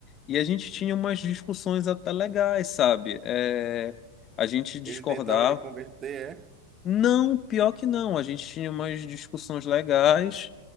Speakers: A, on the left (about 25°); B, on the right (about 25°).
A: E a gente tinha umas discussões até legais, sabe? É, a gente discordava.
B: Ele tentava lhe converter, é?
A: Não, pior que não. A gente tinha umas discussões legais.